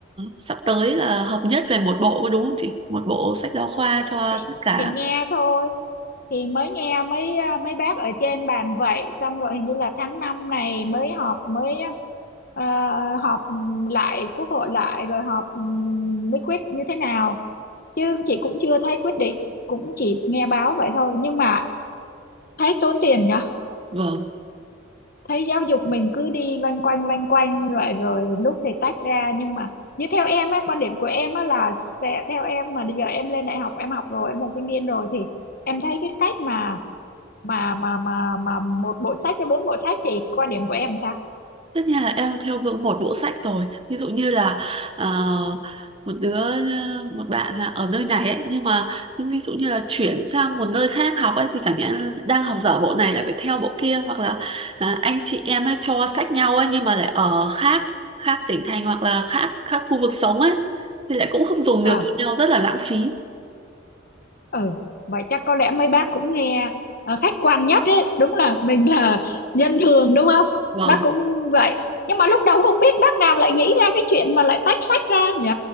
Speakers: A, on the right; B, on the left.
A: sắp tới là hợp nhất về một bộ có đúng không chị một bộ sách giáo khoa cho
B: thì,
A: tất cả
B: thì nghe thôi thì mới nghe mấy à, mấy bác ở trên bàn vậy xong rồi hình như là tháng 5 này mới họp mới ờ, họp lại quốc hội lại rồi họp ừ, mới quyết như thế nào chứ chị cũng chưa thấy quyết định cũng chỉ nghe báo vậy thôi nhưng mà thấy tốn tiền nhỉ
A: vâng
B: thấy giáo dục mình cứ đi loanh quanh loanh quanh rồi rồi lúc thì tách ra nhưng mà như theo em á quan điểm của em á là sẽ theo em mà bây giờ em lên đại học em học rồi em là sinh viên rồi thì em thấy cái cách mà mà mà mà mà một bộ sách với bốn bộ sách thì quan điểm của em sao
A: Tất nhiên là em theo hướng một bộ sách rồi. Ví dụ như là ờ, một đứa ờ, một bạn là ở nơi này ấy nhưng mà nhưng ví dụ như là chuyển sang một nơi khác học ấy thì chẳng nhẽ đang học dở bộ này lại phải theo bộ kia hoặc là à, anh chị em ấy cho sách nhau ấy nhưng mà lại ở khác khác tỉnh thành hoặc là khác khác khu vực sống ấy thì lại cũng không dùng được
B: à
A: cho nhau rất là lãng phí.
B: ừ vậy chắc có lẽ mấy bác cũng nghe ờ, khách quan nhất ấy đúng là mình là nhân thường đúng không
A: Vâng,
B: bác cũng vậy nhưng mà lúc đầu không biết bác nào lại nghĩ ra cái chuyện mà lại tách sách ra nhỉ